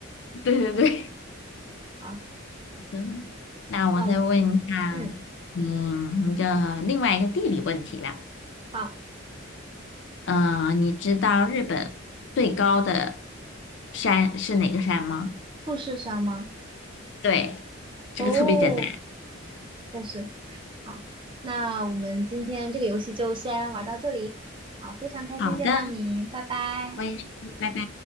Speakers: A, on the left (about 60°); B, on the right (about 25°).
A: <laughs> 对对对，
B: 好，
A: 嗯，那我再问一下你一个另外一个地理问题吧。
B: 那我们，嗯，好，
A: 嗯、呃你知道日本最高的山是哪个山吗？
B: 复试上吗？
A: 对，这个特别简单。
B: 哦，确实。好，那我们今天这个游戏就先玩到这里。好，非常开心见到你，
A: 好的，
B: 拜拜。
A: 我也是，拜拜。